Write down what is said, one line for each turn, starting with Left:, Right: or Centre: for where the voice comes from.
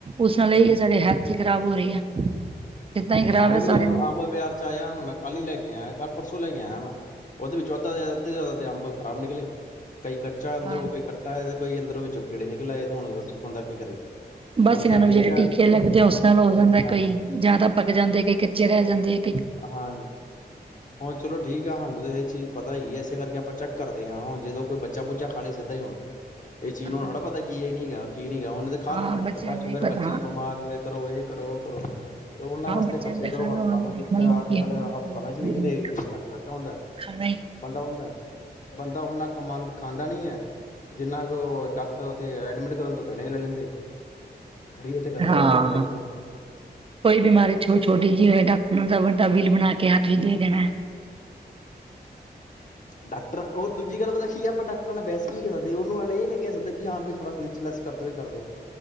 Right: ਉਸ ਨਾਲ
Left: ਹੂੰ,
Right: ਇਹੀ ਐ ਸਾਡੇ ਹੈਲਥ ਖ਼ਰਾਬ ਹੋ ਰਹੀ ਹੈ ਸਿਹਤਾਂ ਹੀ ਖ਼ਰਾਬ
Left: ਅੰਬ
Right: ਹੈ
Left: ਵੀ
Right: ਸਾਰਿਆਂ
Left: ਹੁਣ
Right: ਦੀਆਂ
Left: ਅੰਬ ਬਾਜਾਰ ਚ ਆਇਆ ਹੁਣ ਮੈਂ ਕੱਲ ਹੀ ਲੈ ਕੇ ਆਇਆ ਪਰਸੋ ਸੋਂ ਲੈ ਕੇ ਆਇਆ ਮੈਂ ਉਹਦੇ ਵਿੱਚੋਂ ਅੱਧਾ ਦੇ ਅੱਧੇ ਜ਼ਿਆਦਾ ਤੇ ਅੰਬ ਖਰਾਬ ਨਿਕਲੇ ਕਈ ਕੱਚਾ ਅੰਦਰੋਂ
Right: ਹਾਂ
Left: ਕੋਈ ਖੱਟਾ ਤੇ ਕੋਈ ਅੰਦਰੋਂ ਵਿੱਚੋਂ ਕੀੜੇ ਨਿਕਲ ਆਏ ਤੇ ਹੁਣ ਦੱਸੋ ਉਹ ਬੰਦਾ ਕੀ ਕਰੇ ਜੀ
Right: ਬਸ
Left: ਹੁਣ ਸ਼ਾਇਦ
Right: ਇਹਨਾਂ ਨੂੰ
Left: ਠੀਕ
Right: ਜਿਹੜੇ
Left: ਆ
Right: ਟੀਕੇ ਲੱਗਦੇ ਉਸ
Left: ਹੁਣ
Right: ਨਾਲ ਹੋ ਜਾਂਦਾ
Left: ਹਾਂ
Right: ਕੋਈ ਜ਼ਿਆਦਾ ਪੱਕ ਜਾਂਦੇ ਕਈ ਕੱਚੇ ਰਹਿ ਜਾਂਦੇ ਏ
Left: ਹਾਂ ਹੁਣ ਚਲੋ ਠੀਕ ਆ ਸਾਨੂੰ ਤਾਂ ਇਹ ਚੀਜ਼ ਪਤਾ ਹੀ ਹੈ ਇਹ ਕਰਕੇ ਆਪਾਂ ਚੈੱਕ ਕਰਦੇ ਆ ਹੁਣ ਜਦੋਂ ਕੋਈ ਬੱਚਾ ਬੂਚਾ ਖਾ ਲਏ ਸਿੱਧਾ ਹੀ ਹੁਣ ਇਹ ਚੀਜ਼
Right: ਹਾਂ
Left: ਨੂੰ ਹੁਣ ਥੋੜਾ ਪਤਾ ਕੀ ਇਹ ਨੀ ਹੈਗਾ ਕੀ ਨੀ ਗਾ ਉਹਨੇ ਤਾਂ ਖਾ
Right: ਹਾਂ
Left: ਲੈਣਾ
Right: ਬੱਚਿਆਂ
Left: ਤੇ ਬਾਅਦ
Right: ਨੂੰ
Left: ਚ
Right: ਨਹੀਂ
Left: ਫੇਰ
Right: ਪਤਾ
Left: ਬੱਚਿਆਂ
Right: ਹਾਂ
Left: ਦਾ ਬਿਮਾਰ ਫ ਕਰੋ ਇਹ ਕਰੋ ਉਹ ਕਰੋ ਕਰੋ ਉਹਨਾਂ
Right: ਹਾਂ
Left: ਵਾਸਤੇ
Right: ਬੱਚਿਆਂ
Left: ਖਰਚੇ
Right: ਨੂੰ ਤਾਂ
Left: ਕਰੋ
Right: ਖਾਣਾ
Left: ਆਪਾਂ
Right: ਉਹਨਾਂ ਨੂੰ
Left: ਨਾ ਜੀ
Right: ਦੇਖਣਾ
Left: ਅੱਜ
Right: ਹੀ ਨਹੀਂ
Left: ਕੱਲ੍ਹ ਹਸਪਤਾਲਾਂ ਚ ਵੀ ਕਿਤੇ ਘੱਟ ਖਰਚਾ ਹੁੰਦਾ
Right: ਖਾਣਾ ਹੀ
Left: ਬੰਦਾ ਬੰਦਾ ਓਨਾ ਕਮਾਦਾ ਖਾਂਦਾ ਨੀ ਏ ਜਿੰਨਾ ਕੁ ਉਹ ਡਾਕਟਰ ਉੱਥੇ ਐਡਮਿਟ ਕਰਨ ਤੋਂ ਪਹਿਲਾਂ ਲੈ ਲੈਂਦੇ ਕਰੀਏ ਤੇ ਗੰਦਾ
Right: ਹਾਂ
Left: ਆਪਾਂ ਕਰੇਗੀ
Right: ਕੋਈ ਬਿਮਾਰੀ ਛੋ ਛੋਟੀ ਜਿਹੀ ਹੋਵੇ ਡਾਕਟਰਾਂ ਦਾ ਵੱਡਾ ਬਿਲ ਬਣਾ ਕੇ ਕੇ ਹੱਥ ਵਿਚ ਦੇ ਦੇਣਾ
Left: ਡਾਕਟਰਾਂ ਉਹ ਦੂਜੀ ਗੱਲ ਪਤਾ ਕੀ ਏ ਆਪਾਂ ਡਾਕਟਰਾਂ ਨਾਲ ਬਹਿਸ ਕੀ ਕਰ ਸਕਦੇ ਉਹਨੂੰ ਨਾਲੇ ਇਹ ਨਾ ਕਹਿ ਸਕਦੇ ਕਿ ਹਾਂ ਵੀ ਥੋੜਾ ਬਿਲ ਚ ਲੈਸ ਕਰਦੋ ਹੀ ਕਰਦੋ